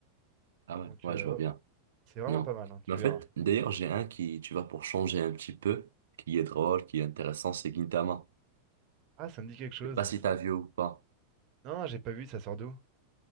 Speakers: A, on the right; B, on the right.
A: Ah ouais,
B: Donc
A: ouais,
B: euh,
A: je vois bien.
B: ouais, c'est vraiment
A: Non.
B: pas mal, hein, tu
A: Mais en fait,
B: verras.
A: d'ailleurs, j'ai un qui, tu vois, pour changer un petit peu, qui est drôle, qui est intéressant, c'est Gintama.
B: Ah, ça me dit quelque chose.
A: Je sais pas si
B: c'est-
A: t'as vu ou pas.
B: Non, j'ai pas vu, ça sort d'où?